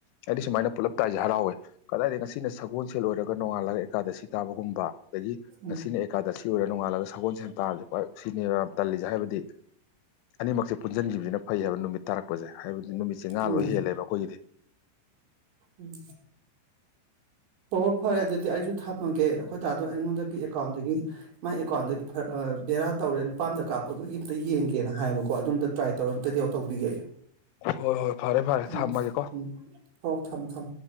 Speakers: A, on the left; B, on the right.
A: ꯑꯩꯗꯤ ꯁꯨꯃꯥꯏꯅ ꯄꯨꯂꯞ ꯇꯥꯏꯁꯦ ꯍꯔꯥꯎꯋꯦ ꯀꯗꯥꯏꯗ ꯉꯁꯤꯅ ꯁꯒꯣꯜꯁꯦꯜ ꯑꯣꯏꯔꯒ ꯅꯣꯡꯉꯥꯜꯂꯒ ꯑꯁꯤ ꯇꯥꯕꯒꯨꯝꯕ ꯑꯗꯒꯤ
B: ꯎꯝ
A: ꯉꯁꯤꯅ ꯑꯦꯀꯥꯗꯔꯁꯤ ꯑꯣꯏꯔ ꯅꯣꯡꯉꯥꯜꯂꯒ ꯁꯒꯣꯜ ꯁꯦꯟ ꯇꯥꯔꯁꯨ ꯍꯣꯏ ꯁꯤꯅꯤ ꯇꯜꯂꯤꯁꯦ ꯍꯥꯏꯕꯗꯤ ꯑꯅꯤꯃꯛꯁꯦ ꯄꯨꯟꯁꯤꯟꯈꯤꯕꯁꯤꯅ ꯐꯩ ꯍꯥꯏꯕ ꯅꯨꯃꯤꯠ ꯇꯥꯔꯛ ꯄꯄꯁꯦ ꯍꯥꯏꯕꯗꯤ ꯅꯨꯃꯤꯠꯁꯦ ꯉꯥ
B: ꯎꯝ
A: ꯂꯣꯏ ꯍꯦꯜꯂꯦꯕ ꯑꯩꯈꯣꯏꯒꯤꯗꯤ
B: ꯎꯝ ꯑꯣꯣ ꯐꯔꯦ ꯑꯗꯨꯗꯤ ꯑꯩꯁꯨ ꯊꯝꯃꯒꯦ ꯑꯩꯈꯣꯏꯗꯥꯗꯣ ꯑꯩꯉꯣꯟꯗꯒꯤ ꯑꯦꯀꯥꯎꯟꯗꯒꯤ ꯃꯥꯏ ꯑꯦꯀꯥꯎꯟꯗꯩ ꯕꯦꯔꯥ ꯇꯧꯔꯦ ꯂꯨꯄꯥ ꯑ ꯑꯃꯝꯇ ꯀꯥꯞꯄꯒ ꯑꯝꯇ ꯌꯦꯡꯒꯦꯅ ꯍꯥꯏꯌꯦꯕꯀꯣ ꯑꯗꯨꯝꯇ ꯇ꯭ꯔꯥꯏ ꯇꯧꯔ ꯑꯝꯇꯗꯤ ꯌꯥ ꯇꯧꯕꯤꯒꯦ ꯑꯩ
A: ꯍꯣꯏ ꯍꯣꯏ ꯐꯔꯦ ꯐꯔꯦ
B: ꯎꯝ
A: ꯊꯝꯃꯒꯦꯀꯣ
B: ꯎꯝ ꯍꯣꯏ ꯊꯝ ꯊꯝ